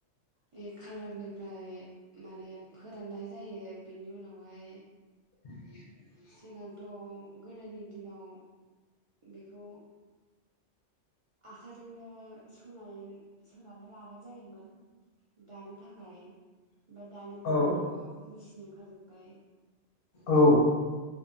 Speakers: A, on the right (about 50°); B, on the left (about 60°).
A: बे खालारनिफ्राय माने फोराननाय जायो बेनि उनावहाय
B: <inaudible>
A: सिगांथ गोदोनि दिनाव बेखौ आखाइजोंनो सोंनाय सोंनानै लानाय जायोमोन दानो थाखाय। ओमफाय दानि दिनावथ'
B: औ
A: मिसिन ओंखारजोबबाय
B: औ अ